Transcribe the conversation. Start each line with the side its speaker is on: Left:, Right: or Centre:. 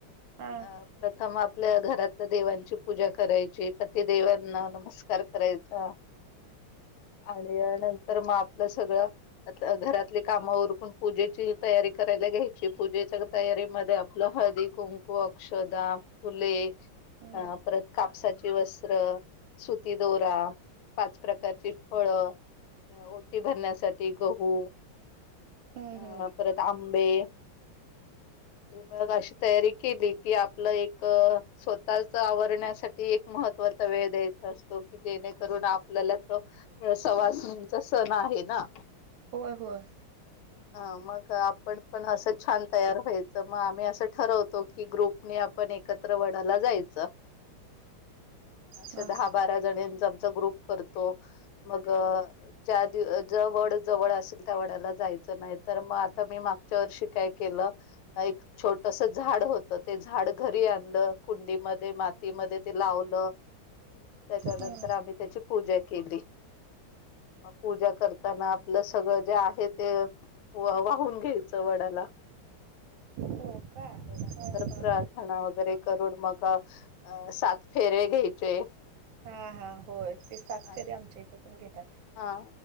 Right: हा
Left: अ प्रथम आपल्या घरात देवांची पूजा करायची, पतिदेवांना नमस्कार करायचा, आणि नंतर मग आपलं सगळं, आ घरातली काम उरकून, पूजेची तयारी करायला घ्यायची, पूजेच्या, तयारीमध्ये, आपलं हळदी, कुंकू, अक्षदा फुले
Right: हम्म
Left: अ परत कापसाचे सुती वस्त्र, सुती दोरा, पाच प्रकारची फळ. अ ओटी भरण्यासाठी गहू,
Right: हम्म
Left: अ
Right: हम्म
Left: परत आंबे. मग अशी तयारी केली की, आपलं एक, स्वतःच आवरण्यासाठी, एक महत्त्वाचा वेळ द्यायचा असतो. जेणेकरून आपल्याला तो, सवासणीचा सण आहे ना.
Right: होय होय.
Left: ह मग आपण पण असंच छान तयार व्हायचं, म आम्ही असं ठरवतो की ग्रुप, आपण एकत्र वडला जायचं, अं
Right: हा
Left: दहा बारा जणीचा, ग्रुप करतो. मग ज्या दिवशी जो वड जवळ असेल, त्या वडाला जायचं. नाही तर मग, आता मी मागच्या वर्षी काय केलं, एक छोटस झाड होत, ते झाड घरी आणलं, कुंडीमध्ये मातीमध्ये ते लावलं. त्याच्यानंतर
Right: हा
Left: आम्ही त्याची, पूजा केली, मग पूजा करताना, आपलं सगळं जे आहे ते, वाहून घ्यायच वडाला,
Right: हो का
Left: आणि
Right: हा
Left: नंतर
Right: हा
Left: खणा वगैरे करून, मग अ सात फेरे घ्यायचे.
Right: ह ह हो. हो ते सात
Left: आणि
Right: फेरे, आमच्या इथं पण घेतात.
Left: हा